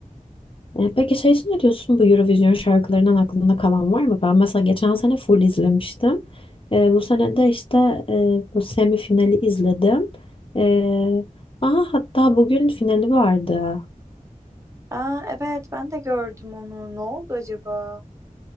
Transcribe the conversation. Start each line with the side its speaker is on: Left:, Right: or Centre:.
Left: E, peki şey için ne diyorsun bu Eurovision şarkılarından aklında kalan var mı? Ben mesela geçen sene full izlemiştim. E, bu sene de işte e, bu semifinali izledim. E, aha hatta bugün finali vardı.
Right: Aa evet ben de gördüm onu. Ne oldu acaba?